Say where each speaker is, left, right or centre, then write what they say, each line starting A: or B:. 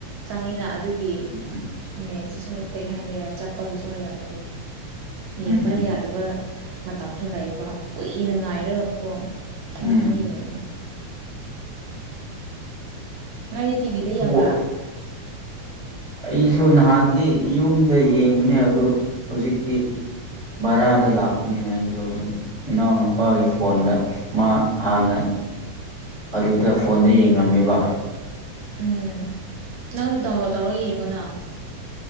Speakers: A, on the right; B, on the right.
A: ꯆꯪꯉꯤꯅ ꯑꯗꯨꯒꯤ
B: ꯎꯝ
A: ꯅꯦꯠꯇꯨꯁꯨ ꯀꯩ ꯍꯥꯏꯁꯤꯔ ꯆꯥꯞꯄꯒꯤꯁꯨ ꯑꯣꯏꯔꯝ ꯌꯦꯡꯕ
B: ꯎꯝ
A: ꯌꯥꯗꯕ ꯃꯇꯝꯁꯨ ꯂꯩꯕ ꯀꯨꯏꯅ ꯉꯥꯏꯔꯒ ꯑꯣ
B: ꯎꯝ
A: ꯁꯨꯃꯥꯏꯅ ꯌꯦꯡꯉꯦ ꯅꯪꯗꯤ ꯇꯤꯚꯤꯗ ꯌꯦꯡꯕ꯭ꯔꯥ
B: ꯋꯥ ꯑꯩꯁꯨ ꯅꯍꯥꯟꯗꯤ ꯌꯨꯝꯗ ꯌꯦꯡꯕꯅꯦ ꯑꯗꯨ ꯍꯧꯖꯤꯛꯇꯤ ꯕꯥꯔꯥꯗ ꯂꯥꯛꯄꯅꯤꯅ ꯑꯩꯁꯨ ꯑꯗꯨꯝ ꯏꯅꯥꯎꯅꯨꯄꯥꯒꯤ ꯐꯣꯟꯗ ꯃꯥ ꯍꯥꯟꯅꯩ ꯑꯗꯨꯗ ꯐꯣꯟꯗ ꯌꯦꯡꯉꯝꯃꯤꯕ
A: ꯎꯝ ꯅꯪꯖꯨ ꯗꯥꯎꯟꯂꯣꯗ ꯇꯧꯔ ꯌꯦꯡꯉꯨꯅ